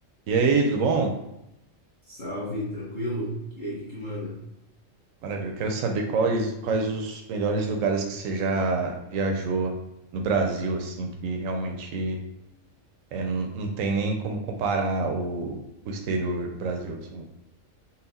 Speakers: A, on the right; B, on the left.
A: E aí, tudo bom?
B: Salve, tranquilo? E aí, o que que manda?
A: Maravilha. Eu Quero saber quais, quais os melhores lugares que você já viajou no Brasil, assim, que realmente é, n- não tem nem como comparar o, o exterior do Brasil, assim.